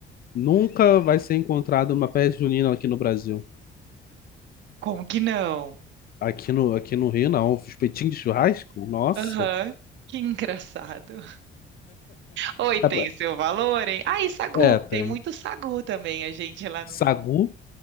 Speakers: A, on the left; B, on the right.
A: nunca vai ser encontrado uma festa junina aqui no Brasil.
B: Como que não?
A: Aqui no, aqui no Rio, não. Os peitinhos de churrasco? Nossa.
B: Aham. Que engraçado. Oi, tem
A: <laughs>
B: seu valor, hein? Ah, e sagu.
A: É, tem.
B: Tem muito sagu também, a gente lá no
A: Sagu?
B: sul.